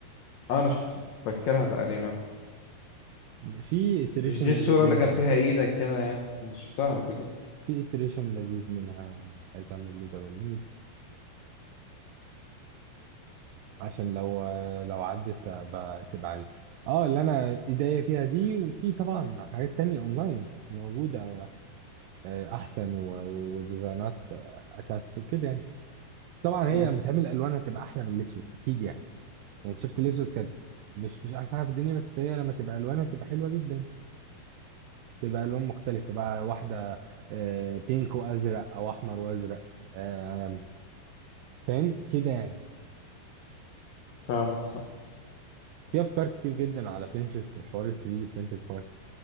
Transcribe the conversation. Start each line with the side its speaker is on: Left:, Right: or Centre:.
Left: اه انا شف- فاكرها تقريبا
Right: في iteration
Left: مش دي
Right: لذيذ
Left: الصورة اللي
Right: منها
Left: كان فيها ايدك كده يعني أنا شفتها قبل كده
Right: في iteration لذيذ منها عايز اعمل له داونلود عشان لو لو عدت أبقى- تبقى عندي اه اللي انا ايديا فيها دي وفي طبعا حاجات تانية اونلاين موجودة آه، احسن و- و- وديزاينات آه، اخف وكده يعني طبعا
Left: مم.
Right: هي لما تعمل الوانها تبقى احلى من الاسود اكيد يعني يعني شفت الاسود كانت مش مش احسن حاجه في الدنيا بس هي لما تبقى الوانها تبقى حلوه جدا تبقى الوان مختلفه بقى واحده آه، بينك وازرق او احمر وازرق آه، فاهم كده يعني
Left: فاهمك صح
Right: في افكار كتير جدا على بينترست بحوار ال 3 دي printed parts